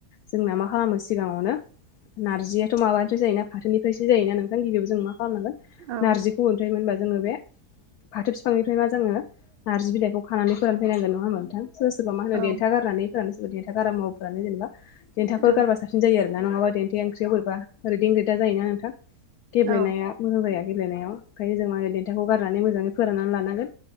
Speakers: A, on the left; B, on the right.
A: जोंना मा खालामो सिगाङावनो नारजियाथ' माबानिफ्राय जायोना फाथोनिफ्रायसो जायोना नोंथां गिबियाव जों मा खालामनांगोन
B: औ
A: नारजिखौ ओंख्रै मोनबा जोङो बे फाथो बिफांनिफ्राय मा जोङो नारजि बिलाइखौ खानानै फोरान फैनांगोन नङा होमबा नोंथां? सोरबा सोरबा मा होनो
B: औ
A: देथा गारनानै फोरानो सोरबा देन्था गारा मुवाबो फोरानो जेनेबा देथाफोर
B: औ
A: गारबा साबसिन जायो आरोना नङाबा देन्थाया ओंख्रियाव बोरैबा रोदिं रोदा जायोना नोंथां? गेब्लेनाया
B: औ
A: मोजां जाया गेब्लेनायाव ओंखायनो जों मा होनो देन्थाखौ गारनानै मोजाङै फोराननानै लानांगोन।